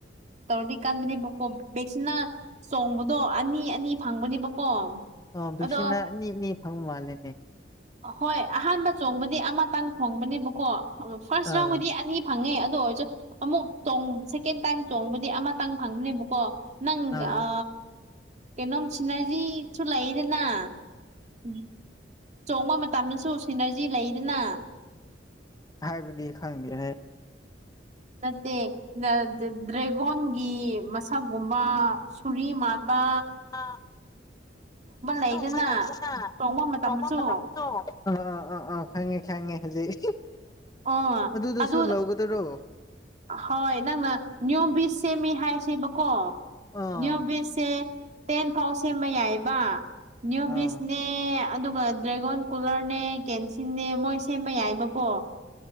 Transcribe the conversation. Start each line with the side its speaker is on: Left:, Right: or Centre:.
Right: ꯇꯧꯔꯗꯤ ꯀꯥꯟꯗꯅꯦꯕꯀꯣ ꯕꯦꯛꯁꯤꯅ ꯆꯣꯡꯕꯗꯣ ꯑꯅꯤ ꯑꯅꯤ ꯐꯪꯕꯅꯦꯕꯀꯣ
Left: ꯑꯣ ꯕꯤꯁꯤꯅ
Right: ꯑꯗꯣ
Left: ꯅꯤ ꯑꯅꯤ ꯐꯪ ꯃꯥꯂꯦꯅꯦ
Right: ꯍꯣꯏ ꯑꯍꯥꯟꯕ ꯆꯣꯡꯕꯗꯤ ꯑꯃꯇꯪ ꯊꯣꯡꯕꯅꯦꯕꯀꯣ ꯐꯥꯔꯁ
Left: ꯑꯥ
Right: ꯔꯥꯎꯟꯒꯤꯗꯤ ꯑꯅꯤ ꯐꯪꯉꯦ ꯑꯗꯨ ꯑꯣꯏꯔꯁꯨ ꯑꯃꯨꯛ ꯆꯣꯡꯕꯁꯦ ꯁꯦꯀꯦꯟ ꯇꯥꯏꯝ ꯆꯣꯡꯕꯗꯤ ꯑꯃꯇꯪ ꯐꯪꯕꯅꯦꯕꯀꯣ ꯅꯪ
Left: ꯑꯥ
Right: ꯑ ꯀꯩꯅꯣꯝ ꯁꯤꯅꯔꯖꯤꯁꯨ ꯂꯩꯗꯅ ꯎꯝ ꯆꯣꯡꯕ ꯃꯇꯝꯗꯁꯨ ꯁꯤꯅꯔꯖꯤ ꯂꯩꯗꯅ
Left: ꯍꯥꯏꯕꯗꯤ ꯈꯪꯗꯦꯍ
Right: ꯅꯠꯇꯦ ꯗ꯭ꯔꯦꯒꯣꯟꯒꯤ ꯃꯁꯛꯒꯨꯝꯕ ꯆꯔꯤ ꯃꯥꯛꯕ
Left: ꯑ
Right: ꯂꯩꯗꯅ
Left: ꯑꯗꯨꯝꯕ ꯂꯩꯗꯅ
Right: ꯆꯣꯡꯕ ꯃꯇꯝꯗꯁꯨ
Left: ꯆꫭꯡꯕ ꯃꯇꯝꯗꯣ ꯑꯥ ꯑꯥ ꯑꯥ ꯑꯥ ꯈꯪꯉꯦ ꯈꯪꯉꯦ ꯍꯧꯖꯤꯛ
Right: ꯑꯣ
Left: ꯑꯗꯨꯗꯨꯁꯨ
Right: ꯑꯗꯨ
Left: ꯂꯧꯒꯗꯔꯣ
Right: ꯍꯣꯏ ꯅꯪꯅ ꯅꯤꯌꯣꯝ ꯕꯤꯁ ꯁꯦꯝꯃꯤ ꯍꯥꯏꯁꯦꯕꯀꯣ
Left: ꯑꯥ
Right: ꯅꯤꯌꯣ ꯕꯤꯁꯁꯦ ꯇꯦꯟ ꯐꯥꯎ ꯁꯦꯝꯕ ꯌꯥꯏꯑꯕ ꯅ꯭ꯌꯨ
Left: ꯑꯥ
Right: ꯕꯤꯁꯅꯦ ꯅꯦ ꯑꯗꯨꯒ ꯗ꯭ꯔꯦꯒꯣꯟ ꯀꯨꯂꯔꯅꯦ ꯀꯦꯟꯁꯤꯟꯅꯦ ꯃꯣꯏ ꯁꯦꯝꯕ ꯌꯥꯏꯕꯀꯣ